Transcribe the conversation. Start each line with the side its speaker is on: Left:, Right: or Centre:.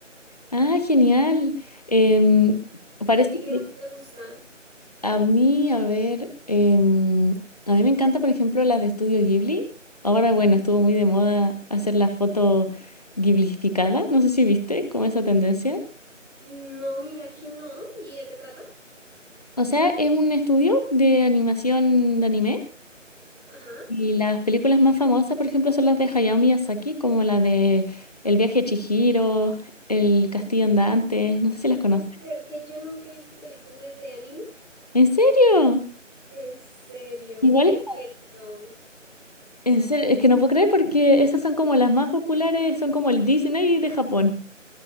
Left: Ah, genial. Em, parece
Centre: ¿Y a ti qué
Left: que
Centre: más te gusta?
Left: a mí, a ver, em, a mí me encanta, por ejemplo, las de Estudio Ghibli. Ahora, bueno, estuvo muy de moda hacer la foto ghiblificada. No sé si viste como esa tendencia.
Centre: No, mira que no. ¿Y de qué trata?
Left: O sea, es un estudio de animación de anime.
Centre: Ajá.
Left: Y las películas más famosas, por ejemplo, son las de Hayao Miyazaki, como la de El viaje de Chihiro, El castillo andante. No sé si las conoces.
Centre: Es creer que yo nunca he visto películas de anime.
Left: ¿En serio?
Centre: En serio.
Left: Igual
Centre: Y he querido. <laughs>
Left: En serio, es que no puedo creer porque esas son como las más populares, son como el Disney de Japón.